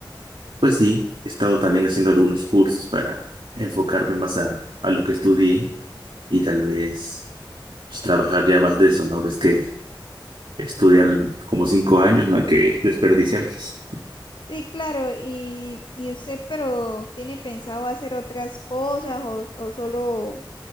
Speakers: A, on the right; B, on the left.
A: Pues sí, he estado también haciendo algunos cursos para enfocarme más a, a lo que estudié y tal vez pues, trabajar ya más de eso, ¿no? Ves que estudiar lo- como cinco años no hay que <laughs> desperdiciarlos.
B: Sí, claro, y, y usted, pero ¿tiene pensado hacer otras cosas o, o solo